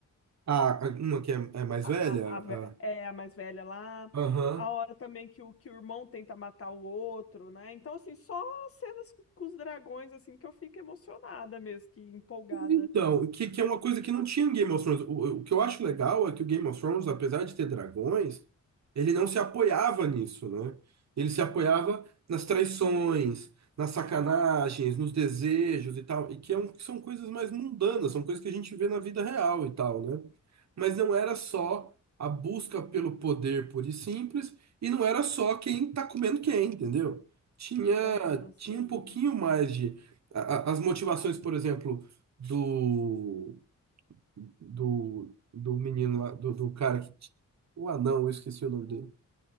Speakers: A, on the right; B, on the left.
A: A, a- uma que é, é mais
B: A,
A: velha,
B: a, a ve-
A: a-
B: é a mais velha lá,
A: aham,
B: a hora também que o, que o irmão tenta matar o outro, né? Então, assim, só cenas com, com os dragões, assim, que eu fico emocionada mesmo, que empolgada.
A: Então, que, que é uma coisa que não tinha em Game of Thrones. O, o que eu acho legal é que o Game of Thrones, apesar de ter dragões, ele não se apoiava nisso, né? Ele se apoiava nas traições, nas sacanagens, nos desejos e tal, e que é um- que são coisas mais mundanas, são coisas que a gente vê na vida real e tal, né? Mas não era só a busca pelo poder pura e simples, e não era só quem tá comendo quem, entendeu? Tinha,
B: Aham, sim.
A: tinha um pouquinho mais de. a- a- as motivações, por exemplo do, do, do menino lá, do, do cara que. t- O anão, eu esqueci o nome dele.